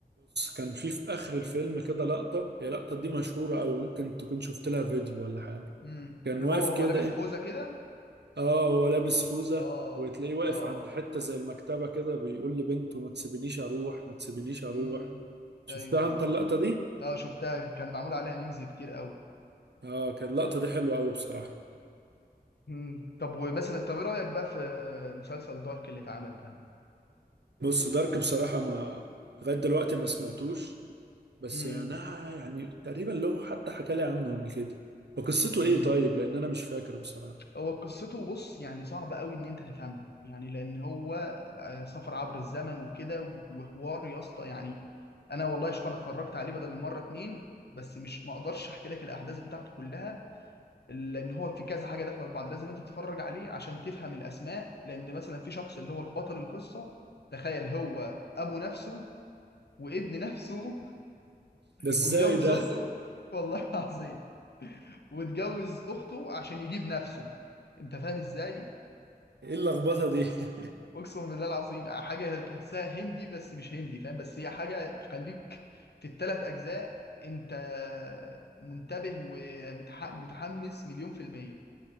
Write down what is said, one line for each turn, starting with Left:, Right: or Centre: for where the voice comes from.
Right: كان في في آخر الفيلم كده لقطة هي اللقطة دي مشهورة أوي ممكن تكون شفت لها فيديو ولا حاجة
Left: مم.
Right: كان
Left: اللي
Right: واقف
Left: هو هو
Right: كده
Left: لابس خوذة كده
Right: اه هو لابس خوذة
Left: اه اه
Right: وتلاقيه واقف
Left: آه.
Right: عند حتة زي المكتبة كده بيقول لبنته ما تسيبنيش اروح ما تسيبنيش اروح
Left: مم.
Right: شفتها
Left: ايوه ايوه
Right: انت اللقطة
Left: ايوه
Right: دي؟
Left: اه شفتها كان معمول عليها ميمز كتير قوي
Right: اه كانت اللقطة دي حلوة قوي بصراحة
Left: مم. طب ومثلا طب ايه رأيك بقى في مسلسل دارك اللي اتعمل ده
Right: بص دارك بصراحة انا لغاية دلوقتي ما سمعتوش بس
Left: امم
Right: يعني آه، يعني تقريبا لو حتى حكى لي عنه قبل كده وقصته
Left: امم
Right: ايه طيب لان انا مش فاكر بصراحة
Left: هو قصته بص يعني صعب قوي ان انت تفهمها يعني لان هو آه، سفر عبر الزمن وكده وحوار يا اسطى يعني انا والله شوف انا اتفرجت عليه بدل المره اتنين بس مش ما اقدرش احكي لك الاحداث بتاعته كلها لان هو في كذا حاجه داخله في بعض لازم انت تتفرج عليه عشان تفهم الاسماء لان مثلا في شخص اللي هو البطل القصه تخيل هو ابو نفسه وابن نفسه
Right: ده ازاي
Left: واتجوز
Right: ده؟
Left: اخته
Right: <laughs>
Left: والله <laughs> العظيم واتجوز اخته عشان يجيب نفسه انت فاهم ازاي
Right: ايه اللخبطة دي؟ <laughs>
Left: اقسم بالله العظيم حاجه تحسها هندي بس مش هندي فاهم بس هي حاجه تخليك في الثلاث اجزاء انت منتبه ومتحمس مليون في المية